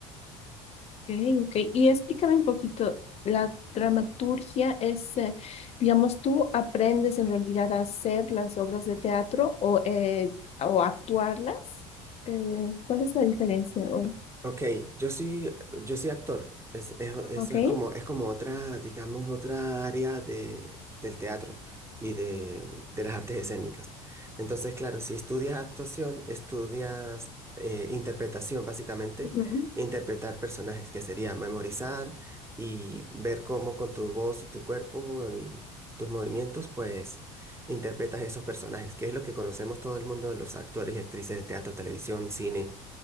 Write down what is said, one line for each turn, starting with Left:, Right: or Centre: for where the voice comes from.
Left: Ok, ok. Y explícame un poquito, la dramaturgia es, eh, digamos, tú aprendes en realidad a hacer las obras de teatro o, eh, o actuarlas. Eh, ¿cuál es la diferencia? O-
Right: Ok, yo soy, yo soy actor. Es- es- eso
Left: ok.
Right: es como, es como otra, digamos, otra área de, del teatro y de, de las artes escénicas. Entonces, claro, si estudias actuación, estudias eh, interpretación, básicamente,
Left: Ujú.
Right: interpretar personajes, que sería memorizar y ver cómo con tu voz y tu cuerpo y tus movimientos, pues, interpretas esos personajes, que es lo que conocemos todo el mundo de los actores y actrices de teatro, televisión, cine